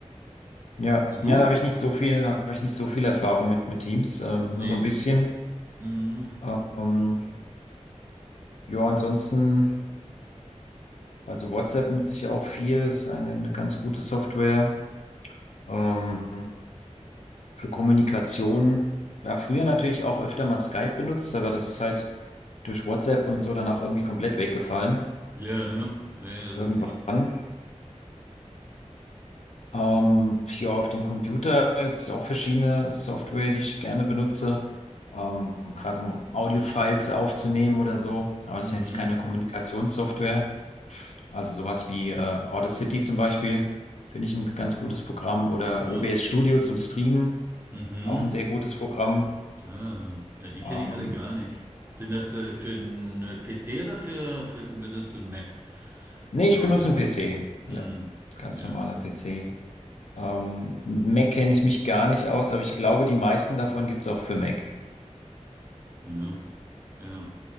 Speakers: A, on the left; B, on the right.
A: Ja,
B: Und
A: ja,
B: du?
A: da habe ich nicht so viel, da habe ich nicht so viel Erfahrung mit mit Teams, ähm,
B: Nee.
A: nur so ein bisschen.
B: Mhm.
A: Ähm, ja, ansonsten, also WhatsApp nutze ich auch viel, das ist eine, eine ganz gute Software ähm, für Kommunikation. Ja, früher natürlich auch öfter mal Skype benutzt, aber das ist halt durch WhatsApp und so dann auch irgendwie komplett weggefallen
B: Ja, ne? Ja, ja, das
A: irgendwann.
B: ist echt.
A: Ähm, ja, auf dem Computer gibt es auch verschiedene Software, die ich gerne benutze, ähm, gerade um Audio-Files aufzunehmen oder so. Aber das
B: Mhm.
A: sind jetzt keine Kommunikationssoftware. Also sowas wie äh, Audacity zum Beispiel finde ich ein ganz
B: Und,
A: gutes Programm oder
B: mhm.
A: OBS Studio zum Streamen,
B: Mhm.
A: auch ein sehr gutes Programm.
B: Ah, ja, die kenne
A: Ähm,
B: ich alle gar nicht. Sind das äh, für einen PC oder für, für benutzt du einen Mac
A: nee,
B: für
A: ich
B: Audio?
A: benutze einen PC.
B: Hm,
A: Ja, ganz
B: ja,
A: normaler PC. Ähm, mit Mac kenne ich mich gar nicht aus, aber ich glaube, die meisten davon gibt es auch für Mac.
B: ne, ja.